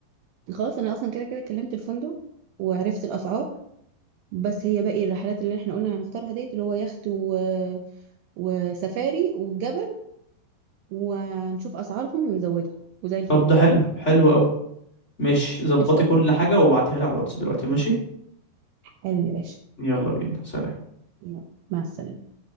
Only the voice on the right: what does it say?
خلاص انا اصلا كده كده كلمت الفندق وعرفت الاسعار بس هي باقي الرحلات اللي احنا قلنا هنختارها ديت اللي هو يخت و... وسفاري والجبل وهنشوف اسعارهم ونزودهم وزي الفل
كده
قشطة
حالا يا باشا
يلا، مع السلامة